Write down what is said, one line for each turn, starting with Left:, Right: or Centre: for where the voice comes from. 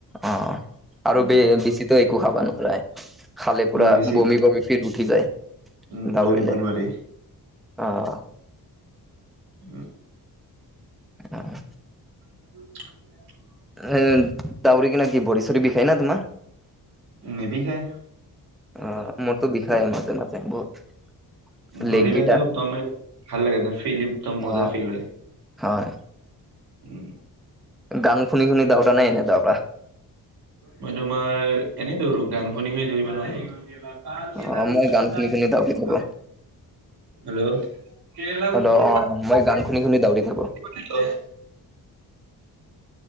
Centre: অ' আৰু
Right: উম,
Centre: বে বেছিতো একো খাবা নোৱাৰাই। খালে পুৰা
Right: ন বেছি
Centre: বমি বমি ফিল উঠি যায়,
Right: উম,
Centre: দৌৰিলে।
Right: দৌৰিব নোৱাৰি
Centre: অ'।
Right: উম
Centre: আহ
Right: <unintelligible>
Centre: স দউৰি কিিন কি ভৰি চৰি বিষায় না তোমাৰ
Right: নেব খাই
Centre: অ মোৰতো বিষয় মাজে মাজে বহুত
Right: দৰি
Centre: লেগকেইটা
Right: ভাইতো একম ম ভাল লাগে একদম ফিল একদম মজা
Centre: অ
Right: ফিল হয়
Centre: হয়
Right: উম
Centre: গান শুনি শুনি দাউা নাই এনেই তাৰৰ পৰা
Right: মই তোমাৰ এনেই দৌৰো গান শুনি শু দৌৰিব নোৱাৰো বাল কে
Centre: অ
Right: দুকা
Centre: মই গান শুনি
Right: ন
Centre: শুনি দাউৰি থাকো
Right: হেল্ল' কেৰেলাৰ
Centre: হেল্ল'
Right: ওপৰৰ
Centre: অ মই
Right: পৰা,
Centre: গান শুনি শুনি দাউৰি থাকো
Right: হেল্ল'।